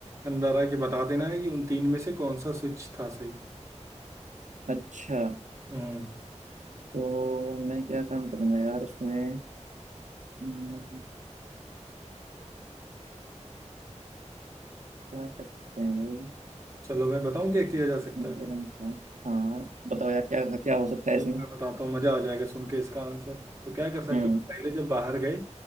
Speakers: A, on the right; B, on the right.
A: अंदर आके बता देना है कि उन तीन में से कौन सा स्विच था सही
B: अच्छा
A: हम्म
B: तो मैं क्या काम करूँगा यार उसमें हम्म, क्या कर सकते हैं भाई
A: चलो मैं बताऊं क्या किया जा सकता
B: एक
A: है
B: गरम था हाँ बताओ यार क्या क्या हो सकता है
A: चलो
B: इसमें
A: मैं बताता हूँ मजा आ जाएगा सुन के इसका आंसर तो क्या कर सकते
B: हम्म
A: हो पहले जब बाहर गए